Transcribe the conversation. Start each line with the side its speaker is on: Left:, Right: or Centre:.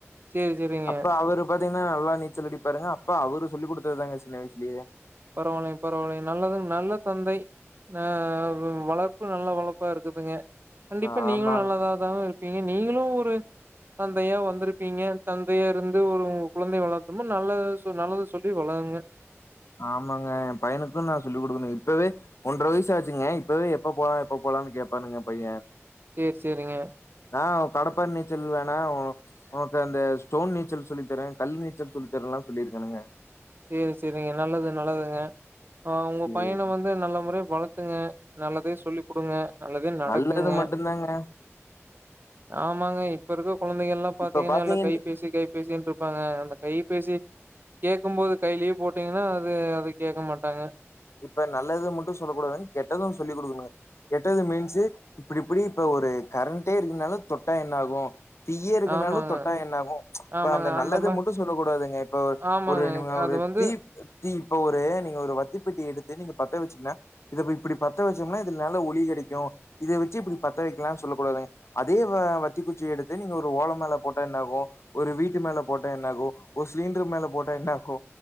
Right: சரி, சரிங்க.
Left: அப்ப அவ்ரு பாத்தீங்கன்னா நல்லா நீச்சல் அடிப்பாருங்க அப்ப அவ்ரு சொல்லி குடுத்தது தாங்க சின்ன வய்சுலேயே
Right: பரவாயில்லீங்க பரவாயில்லீங்க நல்லது நல்ல தந்தை ஆ வ வளர்ப்பு நல்ல வளப்பா இருக்குதுங்க கண்டிப்பா
Left: ஆமாங்க
Right: நீங்களு நல்லா தா இதாவு இருப்பீங்க நீங்களு ஒரு தந்தையா வந்திருப்பீங்க தந்தையா இருந்து ஒரு கொழந்தை வளத்தோன்ன நல்ல நல்லதை சொல்லி வளங்க
Left: ஆமாங்க என் பையனுக்கு நா சொல்லிக் குடுக்கணு இப்பவே ஒன்ற வயசு ஆச்சுங்க இப்பவே எப்ப போலா எப்ப போலான்னு கேப்பானுங்க பையெ
Right: செர் செரிங்க
Left: நா கடப்பாற நீச்சல் வேணா உனக்கு அந்த ஸ்டோன் நீச்சல் சொல்லித்தரே கல் நீச்சல் சொல்லித்தரேல்லா சொல்லியிருக்கேனுங்க
Right: செரி செரிங்க நல்லது நல்லதுங்க ஆ உங்க
Left: சேரி
Right: பையன வந்து நல்ல முறையா வளத்துங்க நல்லதே சொல்லி குடுங்க நல்லதே நடக்குங்க
Left: நல்லது மட்டுந்தாங்க
Right: ஆமாங்க இப்ப இருக்க குழந்தைகல்லா பாத்தீங்கன்னா
Left: இப்ப பாத்தீங்கன்
Right: எல்லா கைப்பேசி கை பேசின்னுட்ருப்பாங்க அந்த கைபேசி கேக்கு போது கையிலயே போட்டீங்கன்னா அது அத கேக்க மாட்டாங்க
Left: இப்ப நல்லது மட்டு சொல்ல கூடாதுங்க கெட்டது சொல்லி குடுக்கணுங்க கெட்டது மீன்ஸ்ஸு இப்டி இப்டி இப்ப ஒரு கரண்டே இருக்குனாலு தொட்டா என்ன ஆகும் தீயே இருக்குனாலு
Right: ஆமாங்க
Left: தொட்டா என்ன ஆகு இப்ப
Right: ஆமாங்க
Left: அந்த நல்லதா
Right: மா
Left: மட்டு சொல்ல கூடாதுங்க இப்ப
Right: ஆமாங்க
Left: ஒருங்க ஒரு
Right: அது வந்து
Left: தீ தீ இப்ப ஒரு நீங்க ஒரு வத்தி பெட்டி எடுத்து நீங்க பத்த வச்சீங்கனா இத இப்டி பத்த வச்சோம்னா இது நல்ல ஒலி கெடைக்கு இத வச்சு இப்டி பத்த வைக்கலாம்னு சொல்லக் கூடாதுங்க அதே வ வத்தி குச்சி எடுத்து நீங்க ஒரு ஓல மேல போட்டா என்ன ஆகு ஒரு வீட்டு மேல போட்டா என்ன ஆகு ஒரு சிலிண்ரு மேல போட்டா என்ன ஆகு